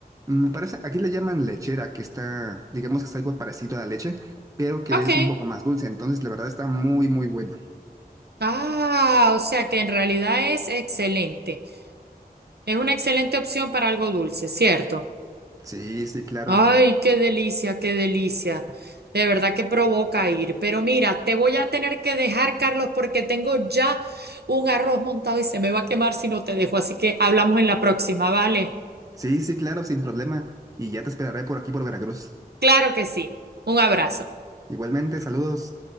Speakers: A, on the right; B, on the right.
A: me parece, aquí le llaman lechera, que está, digamos que es algo parecido a la leche, pero que
B: Ok.
A: es un poco más dulce, entonces la verdad está muy, muy bueno.
B: Ah, o sea que en realidad es excelente. Es una excelente opción para algo dulce, ¿cierto?
A: Sí, sí, claro,
B: Ay, qué delicia, qué delicia. De verdad que provoca ir. Pero mira, te voy a tener que dejar, Carlos, porque tengo ya un arroz montado y se me va a quemar si no te dejo. Así que hablamos en la próxima, ¿vale?
A: sí, sí, claro, sin problema, y ya te esperaré por aquí por Veracruz.
B: Claro que sí. Un abrazo.
A: Igualmente, saludos.